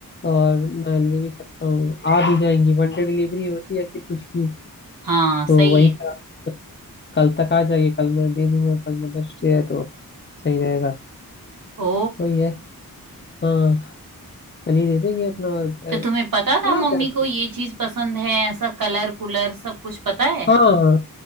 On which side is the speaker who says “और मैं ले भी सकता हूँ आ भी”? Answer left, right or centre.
Left